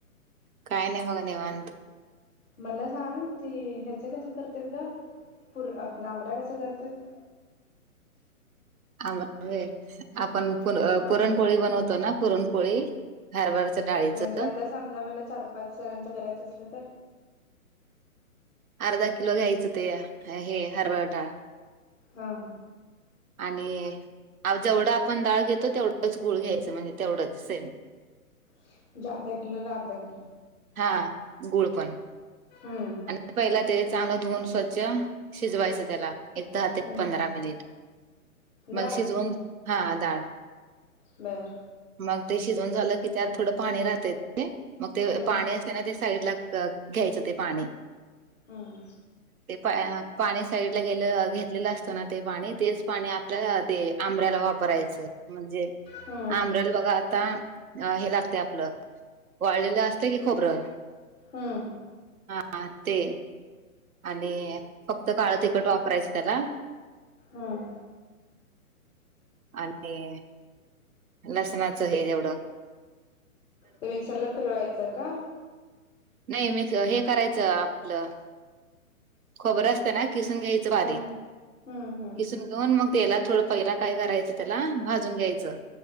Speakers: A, on the right; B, on the left.
A: काय नाय बघा निवांत
B: मला सांग ते हेचं कसं करतात ग? पुर आपल लांबऱ्या कसं करत्यात
A: <unintelligible> आपण पुर
B: हां
A: पुरणपोळी बनवतोय ना पुरणपोळी हरभराच्या डाळीचं
B: म्हणजे आता समजा मला चार पाच जणांचं करायचं असलं तर
A: अर्धा किलो घ्यायचं ते हे हरभरा डाळ
B: हां
A: आणि जेवढं आपण डाळ घेतो. तेवढंच गुळ घ्यायचं. म्हणजे तेवढंच सेम
B: म्हणजे अर्धा किलोला अर्धा किलो
A: हा, गुळ पण
B: हूं
A: आणि पहिला ते चांगलं धुवून स्वच्छ, शिजवायचं त्याला एक दहा ते
B: हम्म
A: पंधरा मिनिट.
B: डाळ
A: मग शिजवून, हा डाळ
B: बर
A: मग ते शिजवून झालं की, त्यात थोडं पाणी राहतय ते मग ते
B: हम्म,
A: पाणी अस ते ना ते साईड ला घ्यायचं ते पाणी
B: हां
A: ते प पाणी साईड गेलं घेत. घेतलेलं असतना ते पाणी तेच पाणी आपल्या ते आंबऱ्याला वापरायचं म्हणजे
B: हम्म,
A: आंब्र्याला बघा आता हे लागतय. आपलं वाळलेलं असय की खोबरं,
B: हूं
A: हा ते आणि फक्त काळं तिखट वापरायचं त्याला
B: हम्म.
A: आणि लसणाचं हे एवढं
B: ते मिक्सरला फीरवायचं का?
A: नाही मीसं हे करायचं आपलं, खोबरं असतं ना किसून घ्याय
B: हम्म,
A: च बारीक
B: हम्म,
A: किसून घेऊन मग तेला थोडं पहिला काय करायचं त्याला भाजून घ्यायचं.